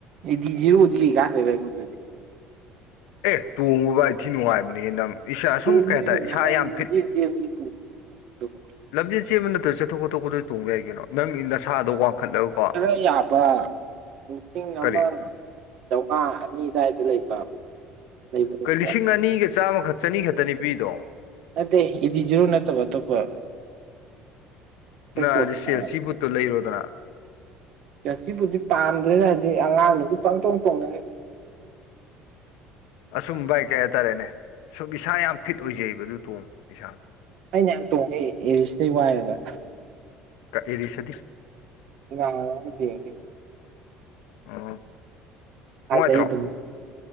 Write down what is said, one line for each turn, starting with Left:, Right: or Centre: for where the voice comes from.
Right: ꯏꯗꯤꯖꯤꯔꯗꯤ ꯀꯥꯟꯗꯣꯏꯕꯗꯗꯤ
Left: ꯑꯦ ꯇꯣꯡꯉꯨꯕ ꯑꯩꯊꯤ ꯅꯨꯡꯉꯥꯏꯕꯅꯦꯍꯦ ꯅꯪ ꯏꯁ ꯁꯨꯝ
Right: ꯇꯣꯡꯕꯗꯤ
Left: ꯀꯩ ꯍꯥꯏꯇꯥꯔꯦ
Right: ꯅꯨꯡꯉꯥꯏ
Left: ꯏꯁꯥ ꯌꯥꯝ
Right: ꯂꯝꯖꯦꯜ
Left: ꯐꯤꯠ
Right: ꯆꯦꯟꯕꯗꯤ ꯇꯣꯡꯕ ꯈꯣꯡꯎꯞꯇꯨꯕꯨ
Left: ꯂꯝꯖꯦꯟ ꯆꯦ ꯑꯃ ꯅꯠꯇꯣꯏ ꯆꯠꯊꯣꯛ ꯈꯣꯠꯇꯣꯛꯀꯗꯣꯏ ꯇꯣꯡꯕ ꯌꯥꯏꯒꯤꯩꯅꯣ ꯅꯪ ꯅꯁꯥꯗꯣ ꯋꯥꯡꯈꯠꯂꯒꯀꯣ
Right: ꯈꯔ ꯌꯥꯕ ꯂꯤꯁꯤꯡ
Left: ꯀꯔꯤ
Right: ꯑꯃ ꯆꯥꯝꯃꯉꯥ ꯑꯅꯤ ꯑꯗꯨꯋꯥꯏꯗ ꯂꯩꯕ ꯂꯩꯕ
Left: ꯀꯩ ꯂꯤꯁꯤꯡ
Right: ꯄꯣꯠ
Left: ꯑꯅꯤꯒ ꯆꯥꯝꯃꯈꯛ ꯆꯅꯤ ꯈꯛꯇ ꯅꯨꯄꯤꯗꯣ
Right: ꯑꯗꯦ ꯏꯗꯤ ꯔꯨ ꯅꯠꯇꯕ ꯑꯇꯣꯞꯄ ꯈꯔ
Left: ꯅꯪꯗꯤ
Right: ꯄꯣꯠꯁ
Left: ꯁꯦꯜ ꯁꯤ ꯕꯨꯠꯇꯣ ꯂꯩꯔꯣꯗꯅ
Right: ꯆꯥꯁꯤꯕꯨꯗꯤ ꯄꯥꯝꯗ꯭ꯔꯦꯅ ꯍꯧꯖꯤꯛ ꯑꯉꯥꯡꯗꯨꯁꯨ ꯄꯪ ꯇꯣꯡ ꯇꯣꯡꯅꯔꯦ
Left: ꯑꯁꯨꯝ ꯕꯥꯏ ꯀꯩ ꯍꯥꯏꯇꯥꯔꯦꯅꯦ ꯁꯨꯝ ꯏꯁꯥ ꯌꯥꯝ ꯐꯤꯠ ꯑꯣꯏꯖꯩꯕ ꯑꯗꯨ ꯇꯣꯡꯕꯁꯦ ꯏꯁꯥꯗ
Right: ꯑꯩꯅ ꯌꯥꯝ ꯇꯣꯡꯉꯦ ꯑꯦꯔꯤꯁꯤꯗꯩ ꯋꯥꯏꯔꯒ
Left: ꯀ ꯑꯦꯔꯤꯁꯗꯤ
Right: ꯗꯤꯦ
Left: ꯑꯣ
Right: ꯐꯖꯩ
Left: ꯅꯨꯡꯉꯥꯏꯇ꯭ꯔꯣ
Right: ꯑꯗꯨꯝ